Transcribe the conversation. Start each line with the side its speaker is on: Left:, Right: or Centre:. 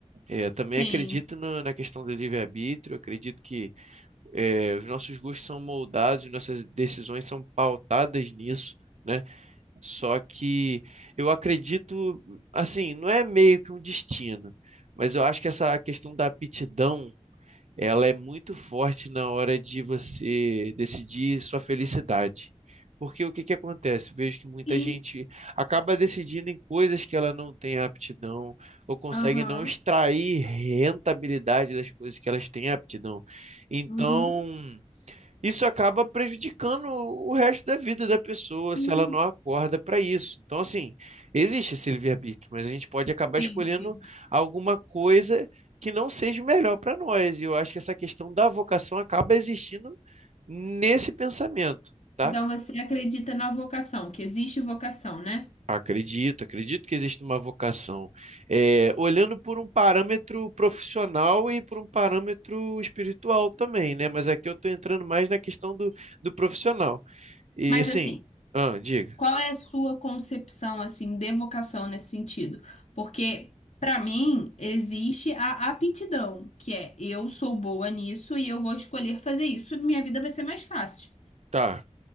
Right: É, Eu também
Left: Sim.
Right: acredito no- na questão do livre-arbítrio, acredito que é, os nossos gostos são moldados, nossas decisões são pautadas nisso, né? Só que eu acredito, assim, não é meio que um destino, mas eu acho que essa questão da aptidão ela é muito forte na hora de você decidir sua felicidade. Porque o que que acontece? Vejo que muita
Left: Sim.
Right: gente acaba decidindo em coisas que ela não tem aptidão ou consegue
Left: Aham.
Right: não extrair rentabilidade das coisas que elas têm aptidão. Então,
Left: Uhum.
Right: isso acaba prejudicando o resto da vida da pessoa
Left: Sim,
Right: se ela não acorda para isso. Então, assim, existe esse livre-arbítrio, mas a gente pode acabar
Left: sim.
Right: escolhendo
Left: sim.
Right: alguma coisa que não seja o melhor para nós. E eu acho que essa questão da vocação acaba existindo nesse pensamento. Tá?
Left: Então você acredita na vocação, que existe vocação, né?
Right: Acredito, acredito que existe uma vocação. É, olhando por um parâmetro profissional e por um parâmetro espiritual também, né? Mas aqui eu estou entrando mais na questão do, do profissional. E
Left: Mas
Right: assim,
Left: assim,
Right: ah, diga,
Left: Qual é a sua concepção assim de vocação nesse sentido? Porque para mim existe a aptidão, que é eu sou boa nisso e eu vou escolher fazer isso, minha vida vai ser mais fácil.
Right: tá.